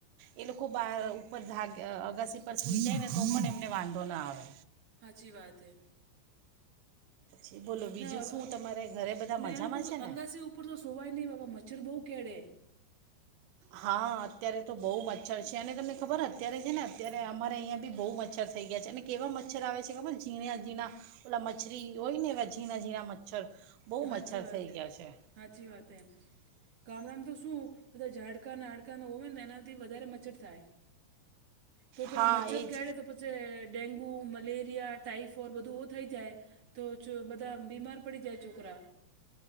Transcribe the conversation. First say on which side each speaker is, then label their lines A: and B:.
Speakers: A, on the right; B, on the right.
A: એ લોકો બહાર ઉપર ધાગ અગાસી પર સુઈ જાય ને તો પણ એમને વાંધો ના આવે.
B: હાચી વાત હે.
A: જી બોલો. બીજું
B: ના, અવ
A: શું તમારે ઘરે બધા મજામાં
B: એમ કહ
A: છે ને
B: અંગાસી ઉપર તો સુવાઈ નહીં, બાબા મચ્છર બહુ કેળે.
A: હા, અત્યારે તો બહુ મચ્છર છે, અને તમને ખબર અત્યારે છે ને, અત્યારે અમારે અહીંયા બી બહુ મચ્છર થઈ ગયા છે, અને કેવા મચ્છર આવે છે, ખબર ઝીણા ઝીણા ઓલા મચ્છરી હોયને, એવા ઝીણા ઝીણા મચ્છર. બહુ
B: હાચી
A: મચ્છર
B: વાત
A: થઈ
B: હે,
A: ગયા છે
B: હાચી વાત હે. ગામડામાં તો શું બધા ઝાડકા અન હાડકાના હોવે ને, એનાથી વધારે મચ્છર થાય. તો પેલા
A: હા
B: મચ્છર
A: એ જ
B: કેડે તો પછ જે ડેન્ગુ મલેરિયા ટાાઈફોઈડ બધું થઈ જાય. તો ચો બધા બીમાર પડી જાય છોકરા.